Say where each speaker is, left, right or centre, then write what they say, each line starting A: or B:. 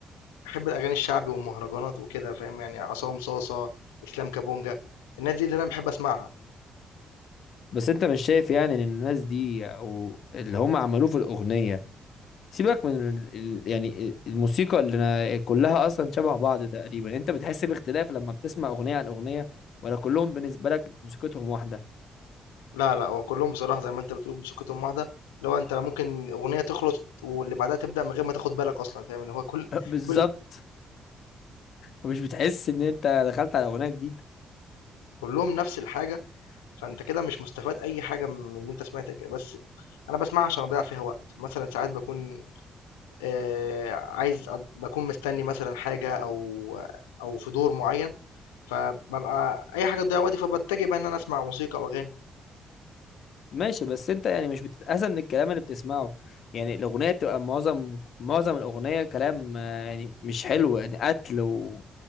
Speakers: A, on the left; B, on the left.
A: باحب الأغاني الشعبي والمهرجانات وكده فاهم يعني عصام صاصة، إسلام كابونجا، الناس دي اللي أنا باحب أسمعها،
B: بس أنت مش شايف يعني إن الناس دي أو اللي هم عملوه في الأغنية سيبك من ال... ال- يعني الموسيقى اللي أنا كلها اصلا شبه بعض تقريبا انت بتحس باختلاف لما بتسمع اغنيه عن اغنيه ولا كلهم بالنسبه لك موسيقتهم واحده
A: لا لأ هو كلّهم بصراحة زي ما أنت بتقول بسكتهم واحدة، اللي هو أنت لا ممكن أغنية تخلص واللي بعدها تبدأ من غير ما تاخد بالك أصلًا فاهم، اللي هو كل
B: <laughs> بالظبط
A: كل
B: مش بتحس ان انت دخلت على اغنيه جديده
A: كلّهم نفس الحاجة، فأنت كده مش مستفاد أي حاجة من إن أنت سمعت ك بس أنا باسمعها عشان أضيّع فيها وقت، مثلًا ساعات باكون آآ عايز أض باكون مستني مثلًا حاجة أو أو في دور معيّن، فبابقى أي حاجة تضيّع وقتي فباتجه بقى إن أنا أسمع موسيقى أو أغاني.
B: ماشي بس انت يعني مش بتتأذى من الكلام اللي بتسمعه يعني الأغنية بتبقى معظم معظم الأغنية كلام آه، يعني مش حلو يعني قتل و...